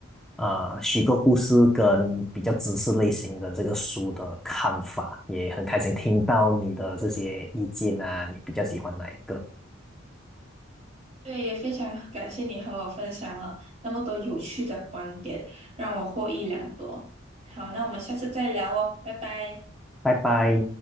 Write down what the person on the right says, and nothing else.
对，也非常感谢你和我分享了那么多有趣的观点，让我获益良多。好，那我们下次再聊哦，拜拜。